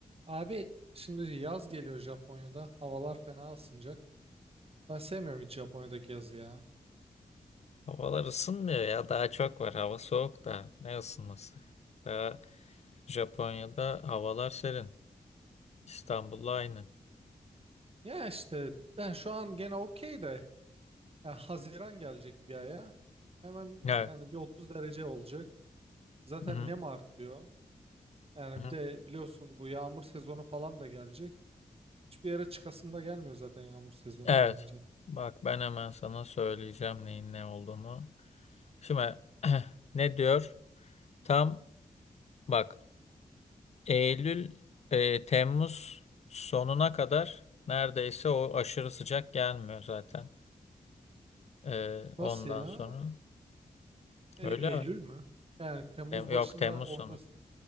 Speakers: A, on the right; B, on the left.
A: Abi şimdi yaz geliyor Japonya'da. Havalar fena ısınacak. Ben sevmiyorum hiç Japonya'daki yazı ya.
B: Havalar ısınmıyor ya. Daha çok var. Hava soğuk da. Ne ısınması? Daha Japonya'da havalar serin. İstanbul'la aynı.
A: Ya işte ben şu an gene okey de ya Haziran gelecek bir aya. Hemen
B: Evet.
A: yani bir 30 derece olacak. Zaten
B: Hı hı.
A: nem artıyor. Yani
B: Hı hı.
A: bir de biliyorsun bu yağmur sezonu falan da gelecek. Hiçbir yere çıkasım da gelmiyor zaten yağmur sezonu
B: Evet.
A: gelince.
B: Bak ben hemen sana söyleyeceğim neyin ne olduğunu. Şimdi <clears throat> ne diyor? Tam bak Eylül, e, Temmuz sonuna kadar neredeyse o aşırı sıcak gelmiyor zaten. E, ondan
A: Nasıl ya?
B: sonra.
A: E-
B: Öyle
A: Eylül
B: mi?
A: mü? Yani Temmuz
B: Tem- Yok
A: başında
B: Temmuz
A: ortasında.
B: sonu.